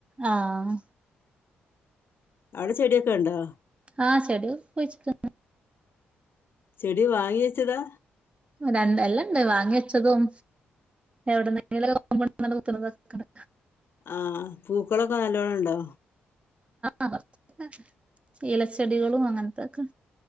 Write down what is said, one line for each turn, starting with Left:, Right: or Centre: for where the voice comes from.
Right: ആഹ്
Left: അവ്ടെ ചെടിക്കെ ഇണ്ടോ
Right: ആഹ് ചെടിക്കെ കുഴ്ച്ച്ട്ട്ക്ണ്
Left: ചെടി വാങ്ങി വെച്ചതാ
Right: രണ്ടു എല്ലണ്ട് വാങ്ങി വെച്ചതും എവിടെന്നേലൊക്കെ കൊണ്ടന്നാണ്ട് കുത്ത്ണത് വെക്ക്ണെ
Left: ആഹ് പൂക്കളൊക്കെ നല്ലോണം ഇണ്ടോ
Right: ആഹ് <unintelligible> ഇലച്ചെടികളും അങ്ങൻത്തൊക്കെ